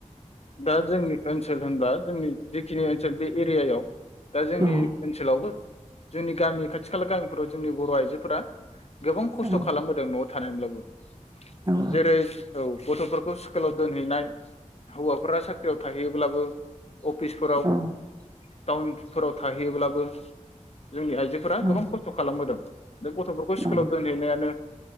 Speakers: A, on the left; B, on the right.
A: दा जोंनि ओनसोल होनब्ला जोंनि जिखिनि ओनसोल बे एरियायाव दा जोंनि
B: औ
A: ओनसोलावबो जोंनि गामि खाथि खाला गामिफोराव जोंनि बर आइजोफोरा गोबां खस्थ
B: औ
A: खालामबोदों न
B: औ
A: <unintelligible> जेरै औ गथफोरखौ स्कुलाव दोनहैनाय हौवाफोरा साख्रियाव थाहैयोब्लाबो अफिसफोराव
B: औ
A: टाउनफोराव थाहैयोब्लाबो जोंनि आइजोफोरा
B: औ
A: गोबां खस्थ खालामबोदों बे गथफोरखौ स्कुलाव
B: औ
A: दोनहैनायानो